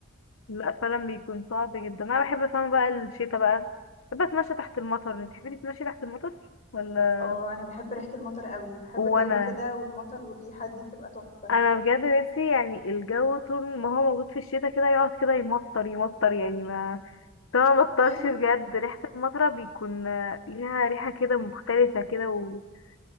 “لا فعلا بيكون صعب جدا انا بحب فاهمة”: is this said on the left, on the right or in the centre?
Left